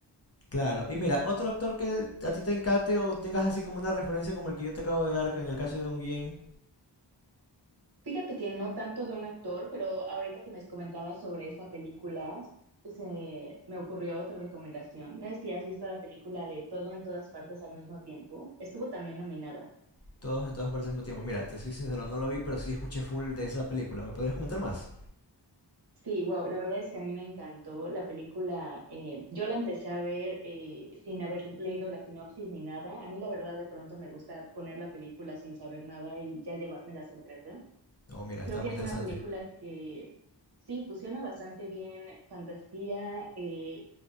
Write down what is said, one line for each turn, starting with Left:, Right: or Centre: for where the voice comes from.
Left: Claro, y mira, otro actor que a ti te encante o tengas así como una referencia como el que yo te acabo de dar, que en el caso de Don Yen,
Right: Fíjate que no tanto de un actor, pero ahorita que me comentabas sobre esta película, se me ocurrió otra recomendación. No sé si has visto la película de Todo en todas partes al mismo tiempo. Estuvo también nominada.
Left: todos en todas partes al mismo tiempo. Mira, te soy sincero, no lo vi, pero sí escuché full de esa película. ¿Me podrías comentar más?
Right: Sí, wow, la verdad es que a mí me encantó la película. eh, yo la empecé a ver eh, sin haber leído la sinopsis ni nada. A mí la verdad de pronto me gusta poner la película sin saber nada y ya llevarme la sorpresa.
Left: No, mira, está
Right: Creo
Left: muy
Right: que es
Left: interesante.
Right: una película que sí fusiona bastante bien fantasía, eh,